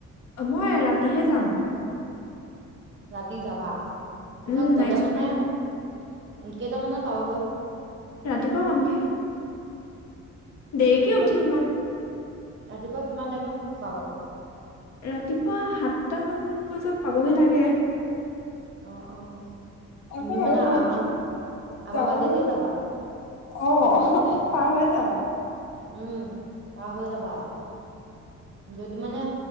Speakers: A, on the left; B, on the right.
A: মই ৰাতিহে যাম।
B: ৰাতি যাবা তাৰ
A: উম,
B: চব
A: নাইট
B: গলে
A: চুপাৰ
B: মানে
A: যাম
B: উ কেইটামানত পাবাগৈ?
A: ৰাতিপুৱা পামগে। দেৰিকে
B: ৰাতিপুৱা
A: উঠিম মই।
B: ৰাতিপুৱা কিমান টাইমত পাবাগৌ
A: ৰাতিপুৱা সাতটামান বজাত পাবগে লাগে।
B: অ অ, তুমি
A: আ আৰু
B: মানে
A: বহুতখিনি
B: আমাৰ আমাৰ
A: যাব
B: বাটেদিয়ে
A: লাগিব।
B: যাবা
A: অ পাৰ হৈ যাম।
B: উম পাৰ হৈ যাবা, যদি মানে